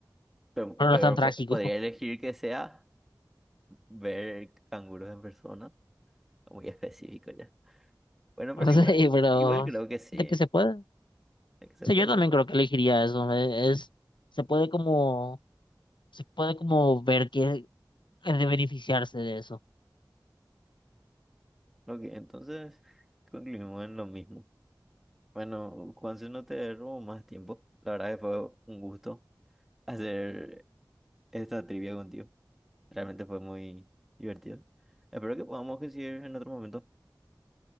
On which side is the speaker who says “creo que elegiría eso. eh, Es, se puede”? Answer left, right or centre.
Left